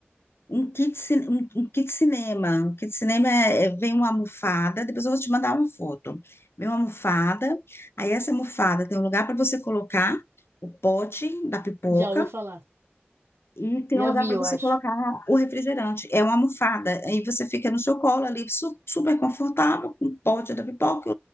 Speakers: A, on the left; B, on the right.
A: um kit, cin- um, um kit cinema. Um kit cinema é, é- vem uma almofada, depois eu vou te mandar uma foto. Vem uma almofada, aí essa almofada tem um lugar para você colocar o pote da pipoca,
B: Já ouvi falar.
A: E tem
B: Já
A: um lugar
B: vi,
A: para
B: eu
A: você
B: acho.
A: colocar o refrigerante. É uma almofada. Aí você fica no seu colo ali, su- super confortável, com o pote da pipoca